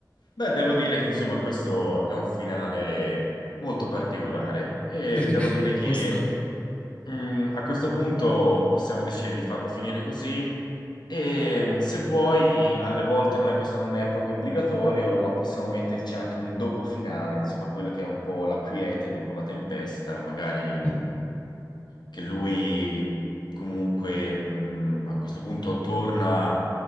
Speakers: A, on the left (about 75°); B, on the left (about 15°).
A: beh, devo dire che insomma questo è un finale molto particolare e
B: <laughs> Sì,
A: devo
B: un
A: dire che
B: po' sta-
A: Mm, a questo punto possiamo decidere di farlo finire così e se vuoi, alle volte non è, questo non è proprio obbligatorio, ma possiamo metterci anche un dopo finale, insomma, quello che è un po' la quiete dopo la tempesta, magari
B: Mm,
A: che lui comunque mm, a questo punto torna